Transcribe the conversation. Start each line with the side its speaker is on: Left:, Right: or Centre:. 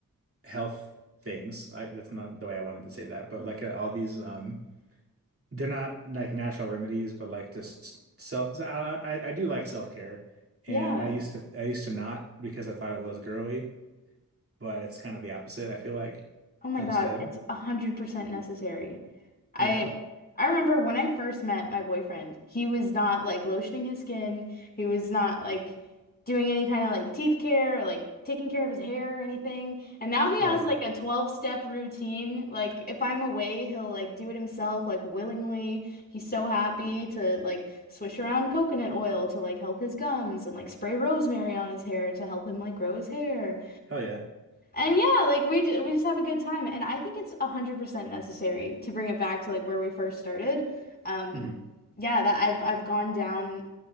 Right: health things. I that's not the way I wanted to say that, but like uh, all these um they're not like natural remedies, but like just self. so I, I I do like self-care, and
Left: Yeah,
Right: I used to I used to not because I thought it was girly, but it's kind of the opposite. I feel like
Left: Oh my
Right: instead,
Left: God, it's 100% necessary. I
Right: yeah.
Left: I remember when I first met my boyfriend, he was not like lotioning his skin. He was not like doing any kind of like teeth care or like taking care of his hair or anything. And now he
Right: Oh
Left: has
Right: wow,
Left: like a 12-step routine. Like if I'm away, he'll like do it himself like willingly. He's so happy to like swish around coconut oil to like help his gums and like spray rosemary on his hair to help him like grow his hair.
Right: hell yeah.
Left: And yeah, like we ju- we just have a good time, and I think it's 100% necessary to bring it back to like where we first started. Um,
Right: hmm
Left: yeah, that I've I've gone down